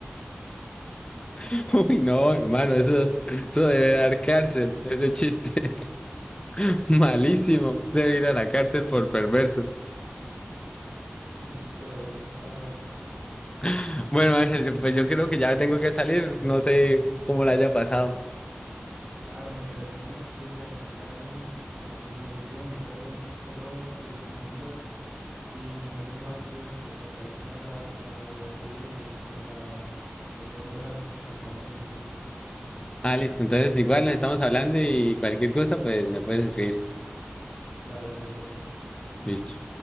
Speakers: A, on the left; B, on the right.
A: <laughs> Uy, no, hermano, eso, eso debe dar cárcel, ese chiste. <laughs> Malísimo. Debe ir a la cárcel por perverso.
B: <laughs> este sí está bueno.
A: <laughs> Bueno, Ángel, yo- pues yo creo que ya tengo que salir. No sé cómo la haya pasado.
B: Claro, me divertí mucho y ya, ya casi como que me olvido de mi perro, perro que se murió y menos mal pude como sacar este rato para divertirme y como para tener un rato contando chistes.
A: Ah, listo. Entonces, igual nos estamos hablando y cualquier cosa, pues me puedes escribir.
B: Dale, nos vemos.
A: Listo.